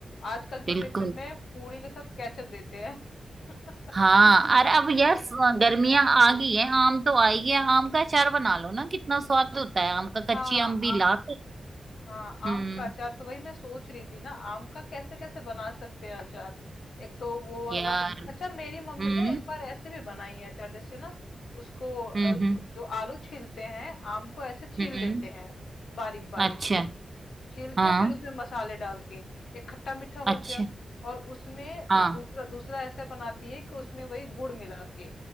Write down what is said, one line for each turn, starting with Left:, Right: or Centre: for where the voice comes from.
Left: आजकल
Right: बिल्कुल
Left: तो टिफिन में पूड़ी के साथ केचप देते हैं <laughs> अचार
Right: हाँ और अब यार स-
Left: नहीं देते
Right: गर्मियां आ गई है आम तो आई है आम का अचार बना लो ना कितना स्वाद होता है आम
Left: हाँ
Right: का कच्ची आम भी
Left: आम
Right: ला के
Left: हाँ
Right: हम्म
Left: आम का अचार तो वही मैं सोच रही थी ना आम का कैसे कैसे बना सकते हैं अचार एक तो वो वाला
Right: यार
Left: अच्छा मेरी
Right: हम्म
Left: मम्मी ना एक बार ऐसे भी बनाई है अचार जैसे ना उसको अ,
Right: हम्म हम्म
Left: जो आलू छीलते हैं आम को ऐसे छील
Right: हम्म,
Left: देते हैं बारीक बारीक
Right: अच्छा
Left: छील
Right: हाँ
Left: के फिर उसमें मसाले डाल के एक खट्टा मीठा
Right: अच्छा
Left: हो गया और उसमें
Right: हाँ
Left: दूसरा दूसरा ऐसा बनाती है कि उसमें वही गुड़ मिला के